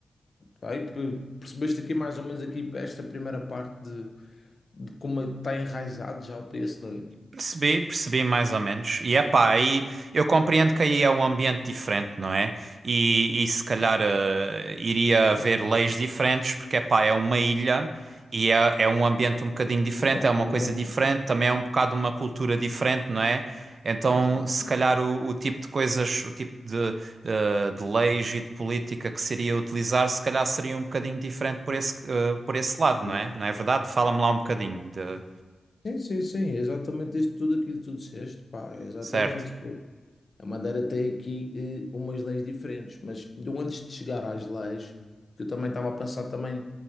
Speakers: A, on the left; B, on the right.
A: Aí pe- percebeste aqui mais ou menos aqui esta primeira parte de, de como está enraizado já o PSD.
B: Percebi, percebi mais ou menos. E é pá, aí eu compreendo que aí é um ambiente diferente, não é? E, e se calhar eh, iria
A: Isso,
B: haver leis diferentes, porque é pá, é uma ilha e é, é um ambiente um bocadinho diferente,
A: exatamente.
B: é uma coisa diferente, também é um bocado uma cultura diferente, não é? Então,
A: Exato,
B: se calhar o, o tipo de coisas, o tipo de, eh, de leis e de política que seria utilizar, se calhar seria um bocadinho diferente por esse, eh, por esse lado, não
A: exato.
B: é? Não é verdade? Fala-me lá um bocadinho de...
A: Sim, sim, sim, é exatamente isso, tudo aquilo que tu disseste, pá, é exatamente.
B: Certo.
A: pô. A Madeira tem aqui eh, umas leis diferentes, mas eu antes de chegar às leis, que eu também estava a pensar também